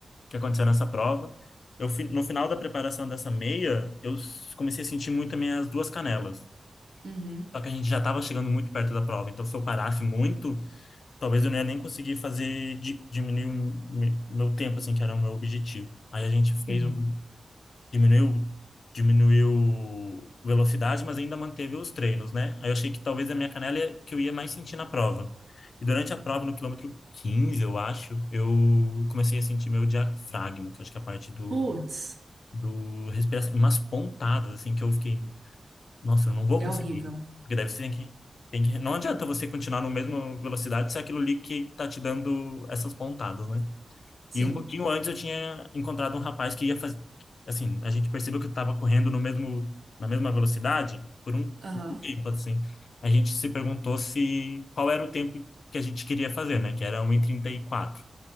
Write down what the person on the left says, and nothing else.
que aconteceu nessa prova. Eu, fi- no final da preparação dessa meia, eu s- comecei a sentir muito as minhas duas canelas.
Só que a gente já estava chegando muito perto da prova, então se eu parasse muito, talvez eu não ia nem conseguir fazer di- diminuir o me- meu tempo, assim, que era o meu objetivo. Aí a gente fez
um, diminuiu, diminuiu velocidade, mas ainda manteve os treinos, né? Aí eu achei que talvez a minha canela ia, que eu ia mais sentir na prova. E durante a prova, no quilômetro 15 eu acho, eu comecei a sentir meu diafragma, que eu acho que é a parte do,
do respiração, umas pontadas, assim, que eu fiquei, nossa, eu não vou
conseguir.
Porque deve ser que, tem que. Não adianta você continuar na mesma velocidade se é aquilo ali que tá te dando essas pontadas, né?
E um pouquinho antes eu tinha encontrado um rapaz que ia fazer. Assim, a gente percebeu que estava correndo no mesmo, na mesma velocidade por um
tempo, assim. A gente se perguntou se qual era o tempo que a gente queria fazer, né? Que era um e trinta e quatro